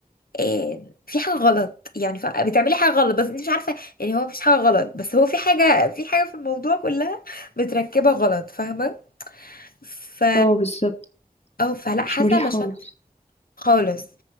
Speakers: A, on the left; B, on the left.
A: إيه في حاجه غلط يعني ف- بتعملي حاجه غلط بس انت مش عارفه يعني هو مفيش حاجه غلط بس هو في حاجه في حاجه في الموضوع كلها متركبه غلط فاهمه ف
B: اه بالظبط
A: اه فلا حاسه
B: مش مريح
A: مشاكل
B: خالص
A: خالص